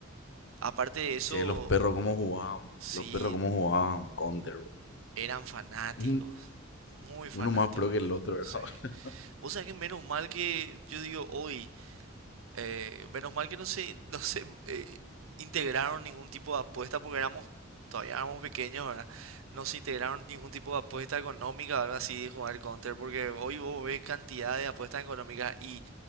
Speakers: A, on the right (about 80°); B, on the left (about 60°).
A: Aparte de eso,
B: che, los perros cómo jugaban, boludo.
A: sí,
B: Los perros cómo jugaban Counter, boludo.
A: Eran fanáticos,
B: <laughs>
A: muy fanáticos.
B: Uno más pro que el otro, ¿verdad?
A: Sí.
B: <laughs>
A: Vos sabés que menos mal que yo digo hoy, eh, menos mal que no se, no se eh, integraron ningún tipo de apuesta porque éramos todavía éramos pequeños, ¿verdad? No se integraron ningún tipo de apuesta económica, o algo así de jugar Counter, porque hoy vos ves cantidad de apuestas económicas y